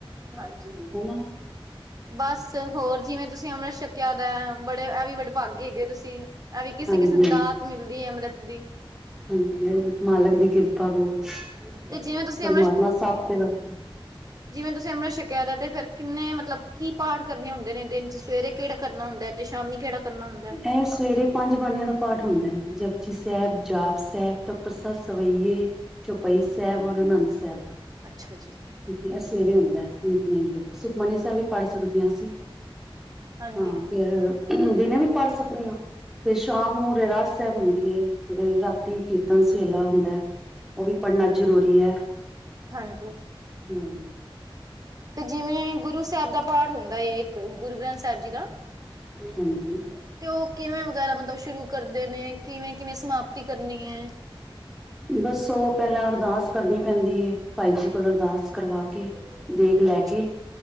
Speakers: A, on the right; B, in the centre.
A: ਹਾਂਜੀ
B: ਹਨਾ-
A: ਬਸ ਹੋਰ ਜਿਵੇ ਤੁਸੀ ਅੰਮ੍ਰਿਤ ਸ਼ਕਿਆ ਦਾ ਬੜੇ ਐਵੀ ਵਡਭਾਗੇ ਹੈਗੇ ਤੁਸੀ- ਐਵੀ ਕਿਸੇ
B: ਹਾਂਜੀ
A: ਕਿਸੀ ਨੂੰ ਦਾਤ ਮਿਲਦੀ ਹੈ। ਅੰਮ੍ਰਿਤ ਦੀ-
B: ਹਾਂਜੀ ਮਾਲਕ ਦੀ ਕਿਰਪਾ ਬਹੁਤ-
A: ਤੇ ਜਿਵੇਂ ਤੁਸੀਂ
B: ਪਰਮਾਤਮਾ ਸੱਬ ਤੇ ਵਰ-
A: ਜਿਵੇ ਤੁਸੀ ਅੰਮ੍ਰਿਸ਼ ਛਕੇਆ ਫਿਰ ਕਿਨੇ ਮਤਲਬ ਕੀ ਪਾਠ ਕਰਨੇ ਹੁੰਦੇ ਨੇ ਦਿਨ 'ਚ- ਸਵੇਰੇ ਕਿਹੜਾ ਕਰਨਾ ਹੁੰਦਾ ਹੈ। ਤੇ ਸ਼ਾਮੀ ਕਿਹੜਾ- ਕਰਨਾ ਹੁੰਦਾ
B: ਇਹ ਸਵੇਰੇ- ਪੰਜ ਬਾਣੀਆਂ ਦਾ ਪਾਠ ਹੁੰਦਾ ਹੈ। ਜਪਜੀ ਸਾਹਿਬ ਜਾਪ ਸਾਹਿਬ ਤਵ ਪ੍ਰਸਾ ਸਵਈਏ- ਛੋਪਈ ਸਾਹਿਬ ਔਰ ਆਨੰਦ ਸਾਹਿਬ ਦਾ-
A: ਅੱਛਾ ਜੀ
B: ਠੀਕ ਹੈ ਇਹ ਸਵੇਰੇ ਆਉਂਦਾ ਹੈ ਨਿਤਨੇਮ ਸੁਖਮਨੀ ਸਾਹਿਬ ਵੀ ਪੜ੍ਹ ਸਕਦੇ ਹਾਂ ਅਸੀਂ
A: ਹਾਂਜੀ
B: ਹਾਂ ਫਿਰ ਦਿਨੇ ਵੀ ਪੜ੍ਹ ਸਕਦੇ ਆ ਤੇ ਸ਼ਾਮ ਨੂੰ ਰਹਿਰਾਸ ਸਾਹਿਬ ਹੁੰਦੀ ਹ ਰਾਤੀ ਕੀਰਤਨ ਸੋਹਿਲਾ ਉਹ ਵੀ ਪੜ੍ਹਨਾ ਜ਼ਰੂਰੀ ਹੈ
A: ਹਾਂਜੀੋ
B: ਹਮ
A: ਤੇ ਜਿਵੇਂ ਗੁਰੂ ਸਾਹਿਬ ਦਾ ਪਾਠ ਹੁੰਦਾ ਹੈ ਇੱਕ ਗੁਰੂ ਗ੍ਰੰਥ ਸਾਹਿਬ ਜੀ ਦਾ।
B: ਹਾਂਜੀ
A: ਤੇ ਉਹ ਕਿਵੇਂ ਵਗੈਰਾ ਮਤਲਬ ਸ਼ੁਰੂ ਕਰਦੇ ਨੇ ਕਿਵੇਂ ਕਿਵੇਂ ਸਮਾਪਤੀ ਕਰਨੀ ਹੈ
B: ਬਸ ਉਹ ਪਹਿਲਾਂ ਅਰਦਾਸ ਕਰਨੀ ਪੈਂਦੀ ਹੈ ਭਾਈ ਜੀ ਕੋਲ ਅਰਦਾਸ ਕਰਵਾ ਕੇ। ਦੇਗ ਲੈ
A: ਅੱਛਾ
B: ਕੇ